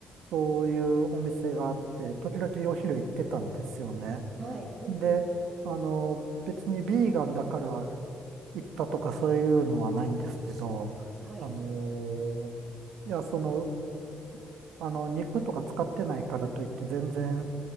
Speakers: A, on the right; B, on the right.
A: そういうお店があって、時々お昼行ってたんですよね。
B: はい。うん、
A: で、
B: うん。
A: あの、別にビーガンだから行ったとかそういうのはないんですけど、
B: はい。
A: あの、いや、その、あの、肉とか使ってないからといって全然、